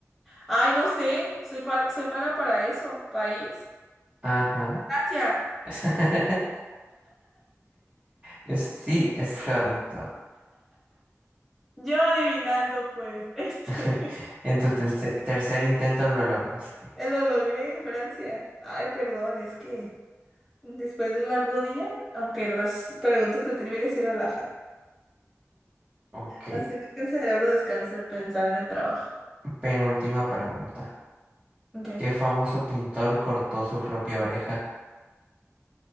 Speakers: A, in the centre; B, on the right (about 25°).
A: Ay, no sé, soy, pa- soy mala para eso. ¿País?
B: Ajá.
A: Francia.
B: <laughs> Es- sí, es correcto.
A: Yo adivinando, pues, <laughs> este,
B: <laughs> En tu terce- tercer intento lo lograste.
A: eh, lo logré, Francia. Ay, perdón, es que después de un largo día, aunque las preguntas de trivia sí relajan,
B: Ok.
A: hacen que el cerebro descanse de pensar en el trabajo.
B: Penúltima pregunta.
A: Ok.
B: ¿Qué famoso pintor cortó su propia oreja?